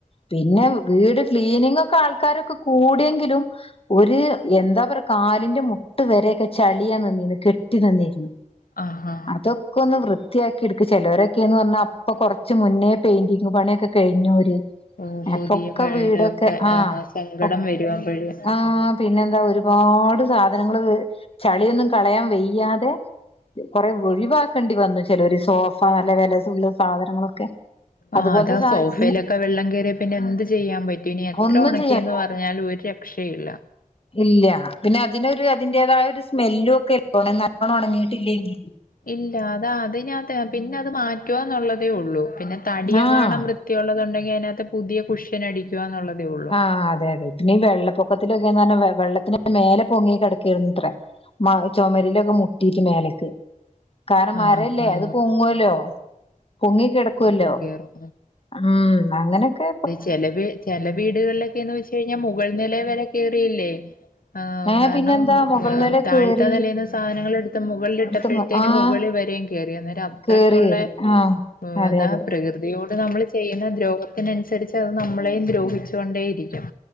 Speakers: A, on the left; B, on the left.
A: പിന്നെ വീട് ക്ലീനിംങ്ങൊക്കെ ആൾക്കാരൊക്കെ കു കൂട്യെങ്കിലും ഒര് എന്താ പർ കാല്ന്റെ മുട്ട് വെരെയെക്കെ ചളിയാ നിന്നീനെ കെട്ടി നിന്നീര്ന്ന്
B: ആഹ് ഹാ
A: ഇതൊക്കാെന്ന് വൃത്ത്യാക്കിട്ക്ക് ചെലോരൊക്കേന്ന് പർഞ്ഞാ ഇപ്പൊ കൊർച്ച് മുന്നേ പെയിന്റിംഗ് പണ്യാെക്കെ കഴിഞ്ഞോര്
B: ഓ
A: എപ്പൊക്കെ
B: പുതിയ പഴയതൊക്കെ
A: വീടൊക്കെ ആഹ്
B: സങ്കടം
A: ഒഹ്
B: വരും അപ്പഴ്
A: ആഹ് പിന്നെന്താ ഒരു പാട് സാധനങ്ങള് ചള്യൊന്നും കളയാം വെയ്യാതെ കൊറേ ഒഴിവാക്കെണ്ടി വന്നു ചെലാെര് സോഫാ നല്ല വെലതുള്ള സാധനങ്ങളൊക്കെ അതുപോലത്തെ
B: ആഹ് അതാ
A: സാ
B: സോഫേല
A: ഈ
B: ഒക്കെ വെള്ളം കേറിയാ പിന്നെ എന്ത് ചെയ്യാൻ പറ്റും ഇനി എത്ര
A: ഒന്നും
B: ഉണക്കിയെന്ന്
A: ചെയ്യാൻ
B: പറഞ്ഞാലും ഒരു രക്ഷയും ഇല്ലാ
A: ഇല്ലാ പിന്നെ അതിനൊരു അതിന്റേതായ ഒരു സ്മെല്ലും ഒക്കെ ഒണങ്ങാ നല്ലോണ്ണം ഒണങ്ങീട്ടില്ലെങ്കി
B: ഇല്ലാ അതാ അതിനകത്തേ പിന്നെ അത് മാറ്റൊന്നുള്ളതേ ഉള്ളൂ പിന്നെ തടിയങ്ങാണം
A: ആഹ്
B: വൃ ത്തിയുള്ളതുണ്ടെങ്കി അയ്നകത്ത് പുതിയ കുഷ്യനടിക്കുക ന്നുള്ളതേ ഒള്ളൂ
A: ആ അതേ അതെ പിന്നെ ഈ വെള്ളപ്പൊക്കത്തിലൊക്കെ ന്ന് പറഞ്ഞാ വെള്ളത്തിന് മേല പൊങ്ങി കിടക്കേര്ന്ന് അത്രേ മാ ചുമരിലൊക്കെ മുട്ടീട്ട് മേലക്ക് കാരണം
B: ആഹ്
A: മരല്ലേ
B: ന്നാ
A: അത് പൊങ്ങൊല്ലോ പൊങ്ങിക്കെട ക്കൊല്ലോ
B: മേലെ കേറും
A: ഉം അങ്ങനൊക്കെ
B: ചെലവേ ചെല വീടുകളിലൊക്കെന്ന് വെച്ച് കഴിഞ്ഞാ മുകൾ നിലയിൽ വരെ കേറിയില്ലേ ആ
A: ഏഹ്
B: കാരണം
A: പിന്നെന്താ മുകൾ നില
B: താഴ്ത്തെ
A: കേറി
B: നിലേന്ന് സാധനങ്ങൾ എടുത്ത് മുകളിലിട്ടപ്പോഴത്തേനും
A: എടുത്തന്ന് ആഹ്
B: മുകളിൽ വെരെങ്കി കേറി അന്നേരം അത്രക്കുള്ള
A: കേറി കേറി ആഹ്
B: <unintelligible>
A: അതെ അതെ
B: പ്രകൃതിയോട് നമ്മള് ചെയ്യുന്ന ദ്രോഹത്തിനനുസരിച്ച് അത് നമ്മളെയും ദ്രോഹിച്ചൊണ്ടേ ഇരിക്കും